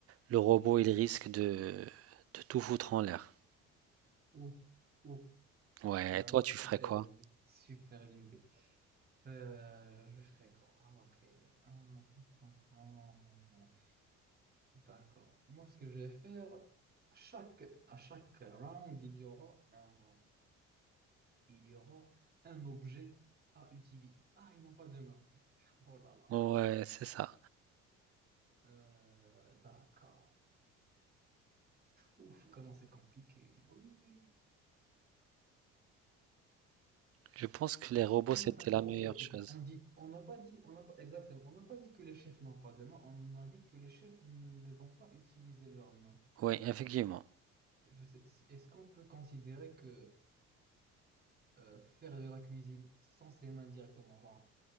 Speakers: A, on the right; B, on the right.
A: Le robot, il risque de, de tout foutre en l'air.
B: Ouf, ouf.
A: Ouais,
B: Vraiment
A: et toi, tu
B: super
A: ferais quoi?
B: l'idée, super l'idée. Euh, je ferai quoi? Ah, ok. Hum, hum, hum, hum. hum, hum. D'accord. Moi, ce que je vais faire, chaque, à chaque round, il y aura un, il y aura un objet à utiliser. Ah, ils n'ont pas de main. Oh là là.
A: Ouais, c'est ça.
B: Euh, d'accord. Ouf, comment c'est compliqué. Oui, oui, oui.
A: Je pense que les robots,
B: Ah,
A: c'était
B: d'accord,
A: la meilleure
B: ok, ok.
A: chose.
B: On dit, on n'a pas dit, on n'a pas, exactement, on n'a pas dit que les chefs n'ont pas de main, on a dit que les chefs ne vont pas utiliser leurs mains.
A: Oui, effectivement.
B: Je sais, si- est-ce qu'on peut considérer que euh, faire de la cuisine sans ses mains directement, genre